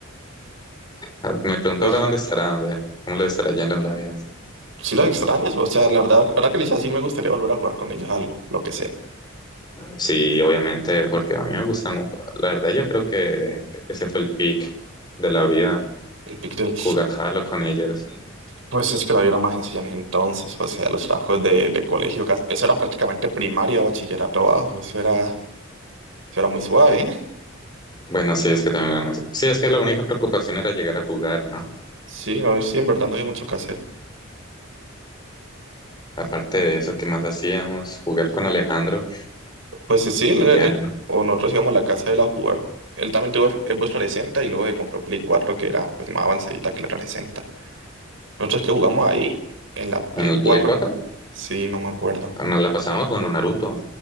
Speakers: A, on the left (about 20°); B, on the right (about 70°).
A: Ah, Me pregunto
B: Pues
A: ahora dónde estarán, ve, cómo les estará yendo en la vida.
B: sí las extrañas, o sea, la verdad, ahora que le hice así me gustaría volver a jugar con ellas algo, lo que sea.
A: Sí, obviamente, porque a mí me gusta, mu- la verdad yo creo que ese fue el pick de la vida,
B: El Pictel,
A: jugar Halo con ellos.
B: pues es que la vida era más sencilla en ese entonces, o sea, los trabajos de, de colegio, cas- eso era prácticamente primaria o bachillerato bajo, eso era, eso era muy suave, ¿eh?
A: Bueno, sí, es que también era muy... Sí, es que la única preocupación era llegar a jugar, ¿no?
B: Sí, no, sí, en verdad no había mucho que hacer.
A: Aparte de eso, ¿qué más hacíamos? Jugar con Alejandro
B: Pues sí, sí, el-
A: y
B: el-
A: ya, ¿no?
B: o nosotros íbamos a la casa de él a jugar. Él también tuvo Xbox 360 y luego se compró Play 4, que era pues más avanzadita que la 360. Nosotros que jugamos ahí en la Play
A: En el
B: cuatro
A: Play cuatro,
B: Sí, no me acuerdo.
A: nos la pasamos con un Naruto,